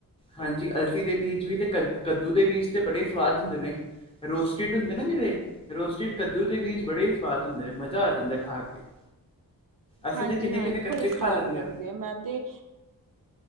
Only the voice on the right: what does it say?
ਹਾਂਜੀ,
ਹਾਂਜੀ
ਬੜੇ ਸਵਾਦ
ਲੱਗਦੇ ਆ ਮੈਂ ਤੇ